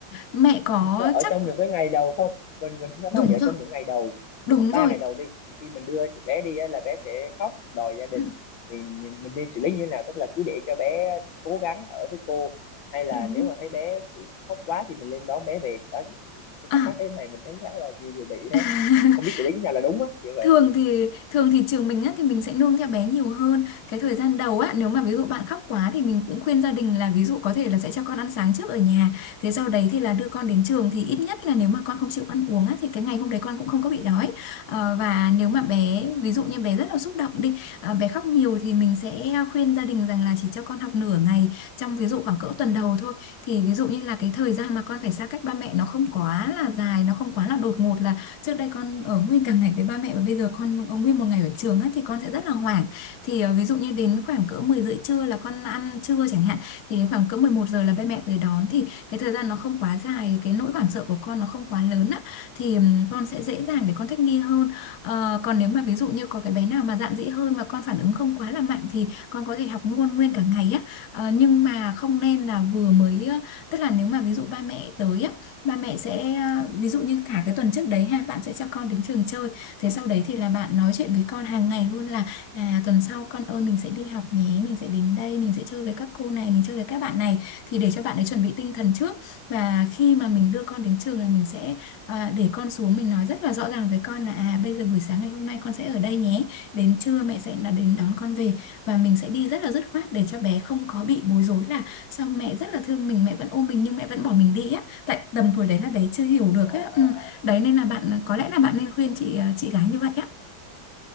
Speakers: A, on the left; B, on the left.
A: mẹ có
B: Cho- ở
A: chắc
B: trong những cái ngày đầu không mình mình thắc
A: đúng
B: mắc là ở
A: rồi
B: trong những ngày đầu
A: đúng
B: khoảng 3
A: rồi
B: ngày đầu đi khi mình đưa bé đi á, là bé sẽ khóc đòi gia đình
A: Ừ,
B: thì nhìn- mình nên xử lý như thế nào tức là cứ để cho bé cố gắng ở với cô hay là
A: đúng
B: nếu mà thấy bé kiểu khóc quá thì mình lên đón bé về đó thì- thì- cái
A: à
B: thắc mắc cái này mình thấy khá là nhiều người bị á
A: <laughs>
B: mình không biết xử lý như thế nào là đúng á kiểu vậy
A: thường thì thường thì trường mình á thì mình sẽ nương theo bé nhiều hơn cái thời gian đầu á nếu mà ví dụ bạn khóc quá thì mình cũng khuyên gia đình là ví dụ có thể là sẽ cho con ăn sáng trước ở nhà thế sau đấy thì là đưa con đến trường thì ít nhất là nếu mà con không chịu ăn uống á thì cái ngày hôm đấy con cũng không có bị đói Ờ, và nếu mà bé ví dụ như bé rất là xúc động đi à, bé khóc nhiều thì mình sẽ khuyên gia đình rằng là chỉ cho con học nửa ngày trong ví dụ khoảng cỡ tuần đầu thôi thì ví dụ như là cái thời gian mà con phải xa cách ba mẹ nó không quá là dài nó không quá là đột ngột là trước đây con ở nguyên cả ngày với ba mẹ và bây giờ con ở nguyên một ngày ở trường á thì con sẽ rất là hoảng thì ờ, ví dụ như đến khoảng cỡ 10 rưỡi trưa là con ăn trưa chẳng hạn thì đến khoảng cỡ 11 giờ là ba mẹ tới đón thì cái thời gian nó không quá dài cái nỗi hoảng sợ của con nó không quá lớn á thì ừm, con sẽ dễ dàng để con thích nghi hơn Ờ, còn nếu mà ví dụ như có cái bé nào mà dạn dĩ hơn và con phản ứng không quá là mạnh thì con có thể học luôn nguyên cả ngày á Ờ, nhưng mà không nên là vừa mới ờ, tức là nếu mà ví dụ ba mẹ tới á ba mẹ sẽ à, ví dụ như cả cái tuần trước đấy ha bạn sẽ cho con đến trường chơi thế sau đấy thì là bạn nói chuyện với con hàng ngày luôn là à tuần sau con ơi mình sẽ đi học nhé mình sẽ đến đây mình sẽ chơi với các cô này mình chơi với các bạn này thì để cho bạn ấy chuẩn bị tinh thần trước và khi mà mình đưa con đến trường là mình sẽ à, để con xuống mình nói rất là rõ ràng với con là à bây giờ buổi sáng ngày hôm nay con sẽ ở đây nhé đến trưa mẹ sẽ là đến đón con về và mình sẽ đi rất là dứt khoát để cho bé không có bị bối rối là sao mẹ rất là thương mình mẹ vẫn ôm mình nhưng mẹ vẫn bỏ mình đi á tại tầm tuổi đấy là bé chưa hiểu được
B: à à
A: á ừ.
B: à.
A: đấy nên là bạn có lẽ là bạn nên khuyên chị ờ, chị gái như vậy á